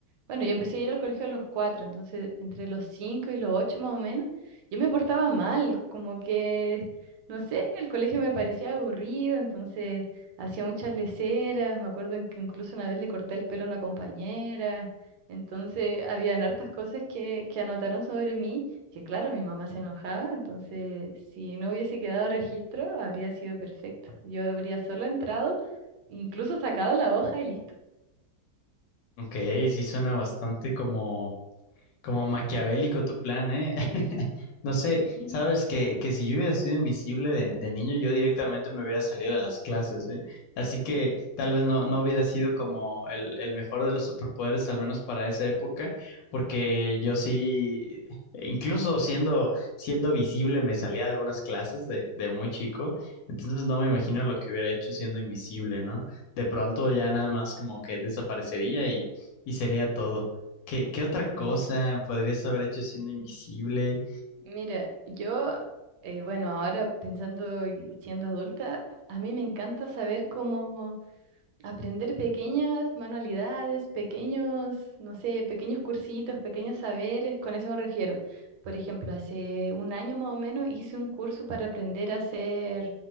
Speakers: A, on the right (about 70°); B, on the left (about 75°).
A: bueno, yo empecé a ir al colegio a los cuatro, entonces entre los cinco y los ocho más o menos, yo me portaba mal, como que, no sé, el colegio me parecía aburrido, entonces hacía muchas leseras. me acuerdo en que incluso una vez le corté el pelo a una compañera, entonces habían hartas cosas que, que anotaron sobre mí, que claro, mi mamá se enojaba, entonces si no hubiese quedado registro, habría sido perfecto. Yo habría solo entrado, incluso sacado la hoja y listo.
B: Ok, sí suena bastante como Como maquiavélico tu plan, ¿eh? <laughs> No sé,
A: <laughs>
B: sabes que, que si yo hubiera sido invisible de, de niño, yo directamente me hubiera salido de las clases, ¿eh? Así que tal vez no, no hubiera sido como el, el mejor de los superpoderes, al menos para esa época, porque yo sí, incluso siendo, siendo visible, me salía de algunas clases de, de muy chico, entonces no me imagino lo que hubiera hecho siendo invisible, ¿no? De pronto ya nada más como que desaparecería y, y sería todo. ¿Qué, qué otra
A: Ujú.
B: cosa podrías haber hecho siendo invisible?
A: Mira, yo, eh, bueno, ahora pensando y siendo adulta, a mí me encanta saber cómo... Aprender pequeñas manualidades, pequeños, no sé, pequeños cursitos, pequeños saberes, con eso me refiero. Por ejemplo, hace un año más o menos hice un curso para aprender a hacer